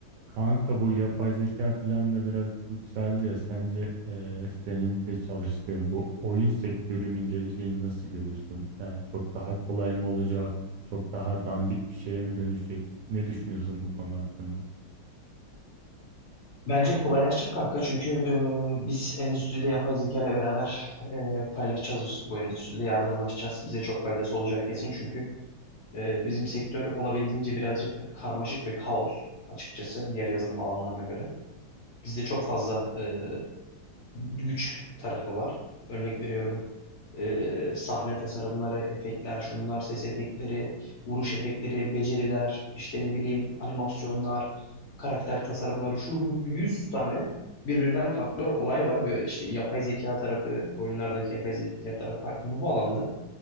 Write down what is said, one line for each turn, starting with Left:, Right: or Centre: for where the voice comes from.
Right: Kanka bu yapay zeka filan da biraz yükseldi ya. Sence eee, senin de çalıştığın bu oyun sektörünün geleceğini nasıl görüyorsun? Yani çok daha kolay mı olacak? Çok daha dandik bir şeye mi dönüşecek? Ne düşünüyorsun bu konu hakkında?
Left: Bence kolaylaşacak kanka çünkü e, biz endüstride yapay zeka ile beraber e, paylaşacağız bu endüstride yardımlaşacağız. Bize çok faydası olacak kesin çünkü e, bizim sektör olabildiğince birazcık karmaşık ve kaos açıkçası diğer yazılım alanlarına göre. Bizde çok fazla e, güç tarafı var. Örnek veriyorum e, sahne tasarımları, efektler, şunlar, ses efektleri, vuruş efektleri, beceriler, işte ne bileyim animasyonlar, karakter tasarımları, şu bu 100 tane birbirinden farklı olay var. Ve işte yapay zeka tarafı, oyunlardaki yapay zeka tarafı farklı. Bu bağlamda